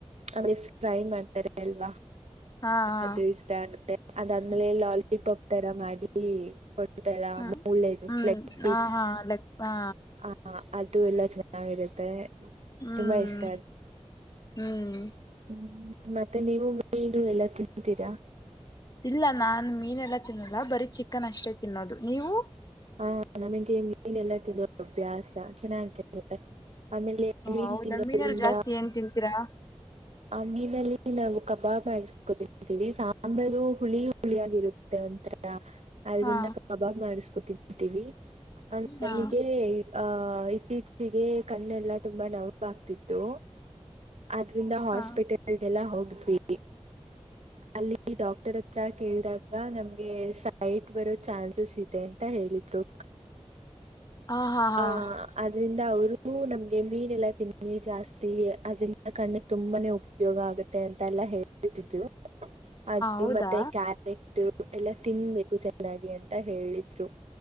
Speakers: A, on the right; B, on the left.
A: ಅಂದ್ರೆ ಫ್ರೈ ಮಾಡ್ತಾರೆ ಅಲ್ವಾ
B: ಹಾ ಹಾ
A: ಅದು ಇಷ್ಟ ಆಗುತ್ತೆ <unintelligible> ಆದ್ಮೇಲೆ ಲಾಲಿಪಾಪ್ ತರ ಮಾಡಿ ಈ <unintelligible> ಎಲ್ಲ
B: ಹ್ಮ
A: ಮೂಳೆದು
B: ಹ್ಮ್
A: ಲೆಗ್ ಪೀಸ್
B: ಹಾ ಹಾ ಲಕ್ ಹಾ
A: ಹ ಅದು ಎಲ್ಲ ಚೆನ್ನಾಗಿರುತ್ತೆ
B: ಹ್ಮ್
A: ತುಂಬಾ ಇಷ್ಟ
B: ಹ್ಮ್
A: ಅು್ಮ ಮತ್ತೆ ನೀವು ಏನು ಎಲ್ಲ ತಿಂತೀರಾ
B: ಇಲ್ಲ ನಾನನ್ ಮೀನೆಲ್ಲಾ ತಿನ್ನಲ್ಲ ಬರೀ ಚಿಕನ್ ಅಷ್ಟೇ ತಿನ್ನೋದು ನೀವು
A: ಹಾ ನಮಗೆ ನೀನ್ಲ್ತಿ ಅಭ್ಯಾಸ ಚೆನ್ನಾಗ ಆಮೇಲೆ ವೀನು
B: ಹೌದಾ
A: ತಿನ್ನೋದ್ರಿಂದ
B: ಮೀನಲ್ಲಿ ಜಾಸ್ತಿ ಏನ್ ತಿಂತೀರಾ
A: ಆ ಮೀನಲ್ಲಿ ನಾವು ಕಬಾಬ್ ಹಾಕೊತಿದ್ದೀವಿ ಸಾಂಬಾರು ಹುಳಿ ಹುಳಿಯಾಗಿರುತ್ತೆ ಒಂಥರ ಅದ್ರಿಂದ
B: ಹಾ
A: ಕಬಾಬ್ ಮಾರಿಸ್ಕೊತ ವಿ
B: ಹಾ
A: ನನಗೆ ಆ ಇತ್ತೀಚ ಿಗೆ ಕಣ್ಣೆಲ್ಲ ತುಂಬಾ ನೋಾಗಗ್ತಿತ್ತು ಆದ್ರಿಂದ ಹಾಸ್ಪಿಟಲ್ದೆಲ್ಲ
B: ಹಾ
A: ಹೋಗದ್ವಿ ಅಲ್ಲಿ ಡಾಕ್ಟರ್ ಹತ್ರ ಕೇಳಿದಾಗ ನಮ್ಗೆ ಸೈಟ್ ಬರೋ ಚಾನ್ಸಸ್ ಇದೆ ಅಂತ ಹೇಳಿದ್ರು
B: ಹಾ ಹಾ ಹಾ ಹಾ
A: ಆ ಅದ್ರಿಂದ ಅವರು ನಮ್ಗೆ ಮೀನ್ ಎಲ್ಲ ತಿನ್ನಿ ಜಾಸ್ತಿ ಅದ್ರಂದ ಕಣ್ಣಿಗೆ ತುಂಬಾನೇ ಉಪಯೋಗ ಆಗುತ್ತೆ ಅಂತ ಎಲ್ಲ ಹೇಳ್ತಿದ್ರು ಅದು
B: ಹೌದಾ
A: ಮತ್ತೆ ಕ್ಯಾರೆಟ್ ಎಲ್ಲಾ ತಿನ್ಬೇಕು ಚೆನ್ನಾಗಿ ಅಂತ ಹೇಳಿದ್ರು